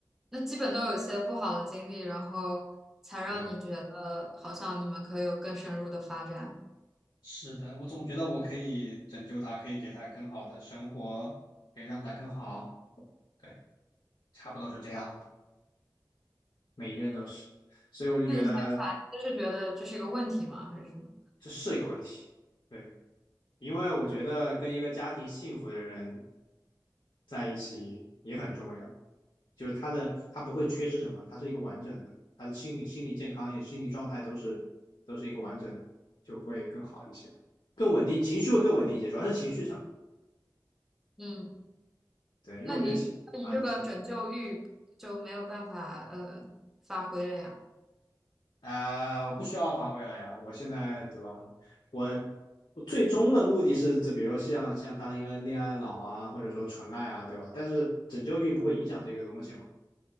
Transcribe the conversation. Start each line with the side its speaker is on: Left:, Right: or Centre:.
Centre: 那基本都有一些不好的经历，然后才让你觉得好像你们可以有更深入的发展。
Left: 对，是的，我总觉得我可以拯救她，可以给她更好的生活，可以让她更好。对，差不多是这样吧。每一任都是，所以我就觉得
Centre: 那你现在反思是觉得这是一个问题吗？还是什么？
Left: 这是一个问题。对，因为我觉得跟一个家庭幸福的人在一起也很重要。就是他的他不会缺失什么，他是一个完整的，他的心理心理健康也心理状态都是都是一个完整的，就会更好一些，更稳定，情绪会更稳定一些，主要是情绪上。
Centre: 嗯，
Left: 对，因为我觉得情啊，
Centre: 那你你这个拯救欲就没有办法呃发挥了呀？
Left: 你说啊、呃我不需要发挥了呀，我现在对吧？我我最终的目的是，这比如说像像当一个恋爱脑啊，或者说纯爱啊，对吧？但是拯救欲不会影响这个东西嘛，